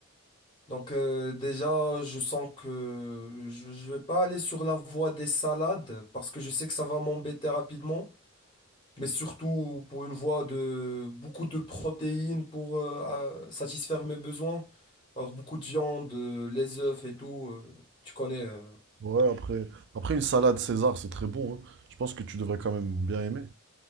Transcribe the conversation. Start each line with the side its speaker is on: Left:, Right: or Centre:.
Left: donc euh, déjà, je sens que je ne vais pas aller sur la voie des salades parce que je sais que ça va m'embêter rapidement, mais surtout pour une voie de beaucoup de protéines pour euh, à- satisfaire mes besoins. Alors beaucoup de viande, euh, les œufs et tout, euh, tu connais. euh,
Right: Ouais, après, après une salade César, c'est très bon. hein. Je pense que tu devrais quand même bien aimer.